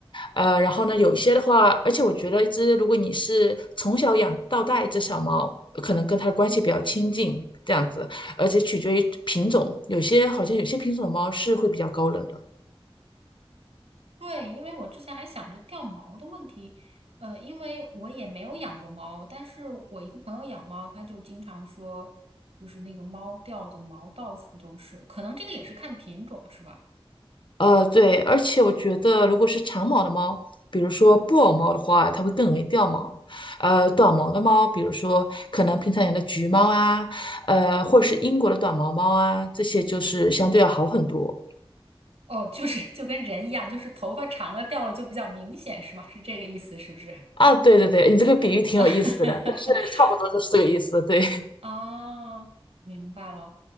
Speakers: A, on the left; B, on the right.
A: 呃，然后呢，有些的话，而且我觉得一只如果你是从小养到大一只小猫，可能跟它的关系比较亲近这样子，而且取决于品种，有些好像有些品种的猫是会比较高冷的。
B: 对，因为我之前还想着掉毛的问题，呃，因为我也没有养过猫，但是我一个朋友养猫，他就经常说，就是那个猫掉的毛到处都是，可能这个也是看品种是吧？
A: 呃，对，而且我觉得，如果是长毛的猫，比如说布偶猫的话，它会更容易掉毛。呃，短毛的猫，比如说可能平常养的橘猫啊，呃，或者是英国的短毛猫啊，这些就是相对要好很多。
B: 哦，就是 <laughs> 就跟人一样，就是头发长了掉了就比较明显是吧？是这个意思是不是？
A: 啊，对对对，你这个比喻挺有意思的，
B: <laughs>
A: 但是差不多就是这个意思。对，
B: 啊，明白了。